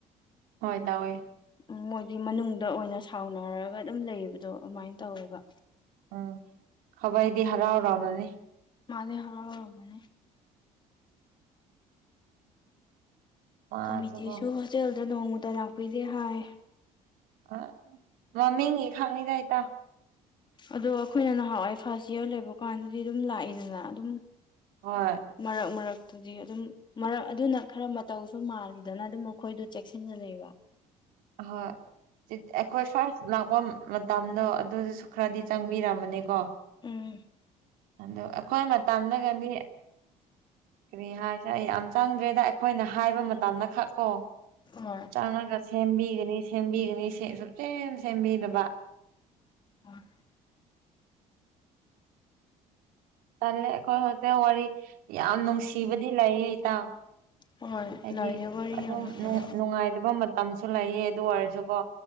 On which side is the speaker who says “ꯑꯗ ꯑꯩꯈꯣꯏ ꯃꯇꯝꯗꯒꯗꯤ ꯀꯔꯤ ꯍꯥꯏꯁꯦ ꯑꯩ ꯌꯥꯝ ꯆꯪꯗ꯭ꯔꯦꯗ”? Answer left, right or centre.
Right